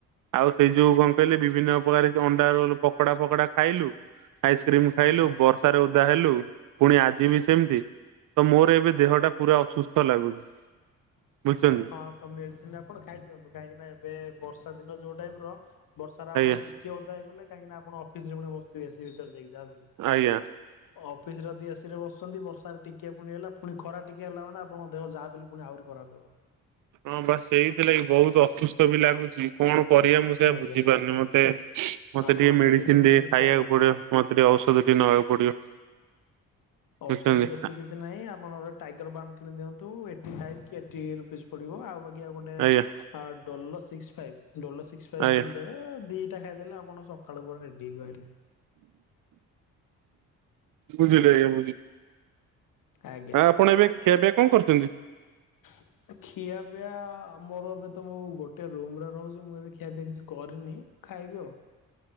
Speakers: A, on the right; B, on the left.
A: ଆଉ ସେଇ ଯୋଉ କଣ କହିଲେ ବିଭିନ୍ନ ପ୍ରକାର ଅଣ୍ଡା ରୋଲ ପକଡା ଫକଡା ଖାଇଲୁ ଆଇସ୍କ୍ରିମ ଖାଇଲୁ
B: ଆଚ୍ଛା ଆଚ୍ଛା
A: ବର୍ଷାରେ ଓଦା ହେଲୁ ପୁଣି ଆଜିିବ ସେମିତି ତ ମୋର ଏବେ ଦେହଟା ପୁରା ଅସୁସ୍ଥ ଲାଗୁଛି? ବୁଝୁଛନ୍ତି
B: ହଁ ତ ମେଡିସିନ ଆପଣ ଖାଇଦିଅନ୍ତୁ କାହିଁକି ନା ଏବେ ବର୍ଷା ଦିନ ଯୋଉ ଟାଇପ ର ବର୍ଷା ର
A: ଆଜ୍ଞା
B: ଆପଣ ଟିକେ ଓଦା ହେଇଗଲେ କାହିଁକି ନା ଆପଣ ଅଫିସରେ ପୁଣି ବସୁଥିବେ ଏସି ଭିତରେ ଯାହାବି ହେଲେ!
A: ଆଜ୍ଞା
B: ଅଫିସରେ ଯଦି ଏସି ରେ ବସୁଛନ୍ତି ବର୍ଷା ଟିକେ ପୁଣି ହେଲା ପୁଣି ଖରା ଟିକେ ହେଲା ମାନ ଆପଣଙ୍କ ଦେହ ଯାହାବି ହେଲେ ପୁଣି ଆହୁରି ଖରାପ ହବ
A: ହଁ ବାସ ସେଇଥିଲାଗି ବହୁତ ଅସୁସ୍ଥ ବି ଲାଗୁଛି କଣ କରିବା ମୁଁ ସେୟା
B: ଆଜ୍ଞା
A: ବୁଝିପାରୁନି ମତେ ମତେ ମତେ
B: ଆପଣ
A: ଟିକେ ମେଡିସିନ ଟିକେ ଖାଇବାକୁ
B: କ୍ୟାରି
A: ପଡିବ
B: କରନ୍ତୁ
A: ମତେ ଟିକେ ଔଷଧ ଟିକେ ନେବାକୁ ପଡିବ
B: ଔଷଧ
A: ବୁଝୁଛନ୍ତି
B: ବେଶୀ କିଛି ନାହିଁ ଆପଣଙ୍କର ଟାଇଗର ବମ୍ କିଣିଦିଅନ୍ତୁ ଏଇଟି ଫାଇଭ୍ କି ଏଇଟି ରୁପିଜ୍ ପଡ଼ିବ ଆଉ ବାକି ଆଉ ଗୋଟେ
A: ଆଜ୍ଞା
B: ଡଲ ସିକସ ଫ ଡଲ ସିକ୍ସ ଫାଇ୍
A: ଆଜ୍ଞା
B: କିଣିଦେବେ ଦିଟା ଖାଇଦେଲେ ଆପଣ ସ ସକାଳୁ ପୁରା ରେଡି ହେଈକି ବାହାରିବେ।
A: ବଝିଲି ଆଜ୍ଞା ବୁଝିଲି
B: ଆଜ୍ଞା
A: ହଁ
B: ଆଜ୍ଞା
A: ଆପଣ ଏବେ ଖାଇପିଆ କଣ କରିଛନ୍ତି।
B: <inaudible> ଖିଆ ପିଇଆ ମୋର ଏବେ ତ ମୁଁ ଗୋଟେ ରୁମ୍ରେ ରହୁଛି ମୁଁ ଏବେ ଖିଆପିଆ କିଛି କରିନି ଖାଇବି ଆଉ।